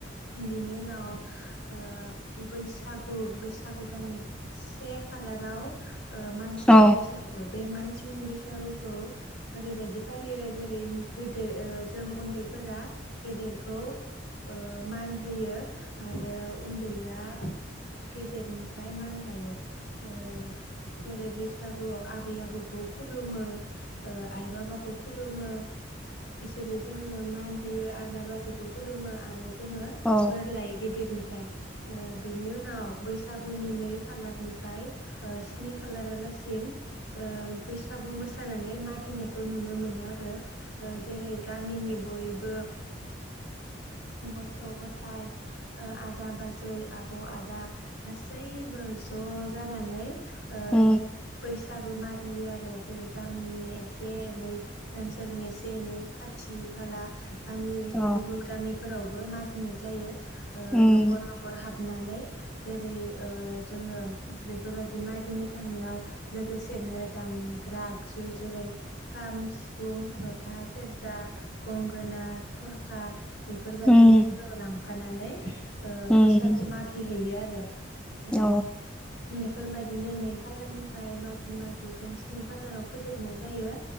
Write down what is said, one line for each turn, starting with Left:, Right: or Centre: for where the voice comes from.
Left: बिनि उनाव ओ बैसागु बैसागु दान से खालाराव ओ मानसिनि
Centre: अ
Left: बैसागु बे मानसिनि बैसागुखौ ओरैबायदि फालियो जेरै गोद ओ जों उन्दैफोरा गेदेरखौ ओ मान होयो आरो उन्दैया गेदेरनिफ्राय मान लायो ओ जेरै बैसागुवाव आबै आबौखौ खुलुमो ओ आइ बाबाखौ खुलुमो इसोरो जोंनो मान होयो आदा बाजैखौ खुलुमो आरो जोङो
Centre: अ
Left: बोर लायो गिदिरनि फ्राय ओ बिनि उनाव बैसा सागुनि नै खालारनिफ्राय ओ स्नि खालारालासिम ओ बैसागु मोसानानै मागि नायखौ नुनो मोनो आरो ओ जेरै गामिनि बय बो गथ' गथाय ओ आदा बाजै आब' आदा गासैबो ज' जानानै ओम
Centre: उम
Left: बैस बैसाबो मागियो आरो जेरै गामिनि एसे एनै ओनसोलनि एसे एनै खाथि खाला गामि
Centre: अ
Left: गुबुन गामिफोराव बो मागिनाय जायो। ओ
Centre: उम
Left: न'खर न'खर हाब नानै जेरै जोङो बेफोरबायदि मागिनो थांनायाव लोगोसेनो दामग्रा आगजु जेरै खाम सिफुं ज था सेेरजा गं गोना, थरखा बेफोरबादि
Centre: उम
Left: लोगोआव लांफा फानानै ओ
Centre: उम
Left: बैसागु मागि हैैयो आ रो। उम
Centre: अ
Left: बेफोरबायदिनो नै खालारनिफ्राय मागि मागि जों स्नि खाालाराव फोजोबनाय जायो।